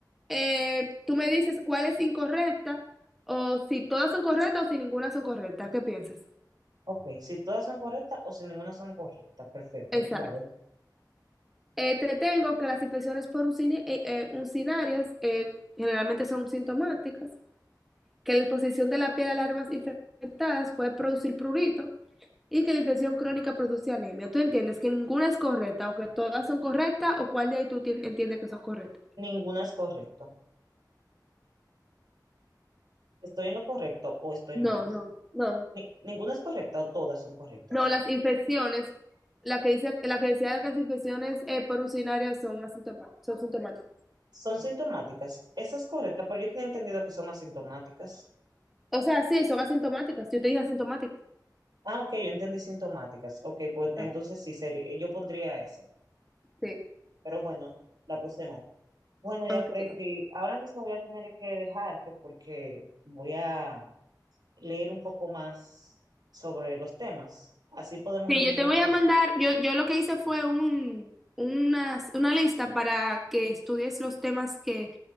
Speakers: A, in the centre; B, on the right.
A: Eh, tú me dices cuál es incorrecta o si todas son correctas o si ninguna son correctas. ¿Qué piensas?
B: Ok, si todas son correctas o si ninguna son correctas, perfecto,
A: Exacto.
B: dale.
A: Eh, te tengo que las infecciones por uncine- eh, eh, uncinarias eh, generalmente son sintomáticas, que la exposición de la piel a larvas infectadas puede producir prurito y que la infección crónica produce anemia. ¿Tú entiendes que ninguna es correcta o que todas son correctas o cuál de ahí tú tien- entiendes que son correctas?
B: Ninguna es correcta. ¿Estoy en lo correcto o estoy
A: No,
B: mal?
A: no, no.
B: Ni- ninguna es correcta o todas son correctas.
A: No, las infecciones, la que dice, la que decía que las infecciones eh, por urinaria son asintomáticas, son sintomáticas.
B: Son sintomáticas. Esa es correcta, pero yo tenía entendido que son asintomáticas.
A: O sea, sí, son asintomáticas. Yo te dije asintomáticas.
B: Ah, ok, yo entendí sintomáticas. Ok, pues entonces
A: Ajá.
B: sí, sería, yo pondría esa.
A: Sí,
B: pero bueno, la puse mal. Bueno, ya,
A: ok.
B: Tracy, ahora mismo voy a tener que dejarte porque voy a leer un poco más sobre los temas. Así podemos
A: Sí,
B: reunirnos
A: yo te voy
B: otro
A: a mandar,
B: día.
A: yo, yo lo que hice fue un, unas- una lista para que estudies los temas que